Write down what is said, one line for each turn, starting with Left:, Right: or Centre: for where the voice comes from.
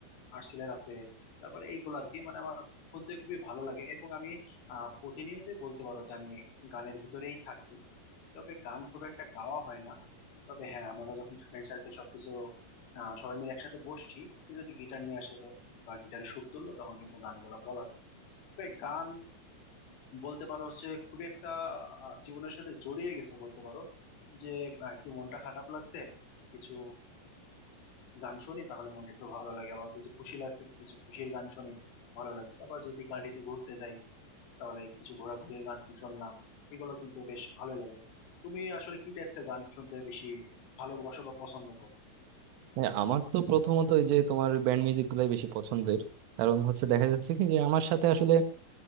Left: আর্টসেলের আছে তারপরে এইগুলো আর কি মানে আমার শুনতে খুবই ভালো লাগে এবং আমি আহ প্রতিনিয়তই বলতে পারো যে আমি গানের ভিতরেই থাকি তবে গান খুব একটা গাওয়া হয় না তবে হ্যাঁ আমরা যখন ফ্রেন্ড সার্কেল সবকিছু আহ সবাই মিলে একসাথে বসছি কেউ যদি গিটার নিয়ে আসে বা গিটারে সুর তুললো তখন কিন্তু গানগুলো বলা বলা যায় তবে গান বলতে পারো হচ্ছে খুবই একটা আহ, জীবনের সাথে জড়িয়ে গেছে বলতে পারো যে আহ, একটু মনটা খারাপ লাগছে কিছু গান শুনি তাহলে মনটা একটু ভালো লাগে আবার যদি খুশি লাগছে কিছু খুশির গান শুনি ভালো লাগছে আবার যদি গাড়িতে ঘুরতে যাই তাহলে কিছু ঘোরাঘুরির গান শুনলাম এগুলো কিন্তু বেশ ভালোই লাগে তুমি আসলে কি টাইপসের গান শুনতে বেশি ভালোবাসো বা পছন্দ করো
Right: হ্যাঁ আমার তো প্রথমত ওই যে তোমার ব্যান্ড মিউজিক গুলাই বেশি পছন্দের কারণ হচ্ছে দেখা যাচ্ছে কি যে আমার সাথে আসলে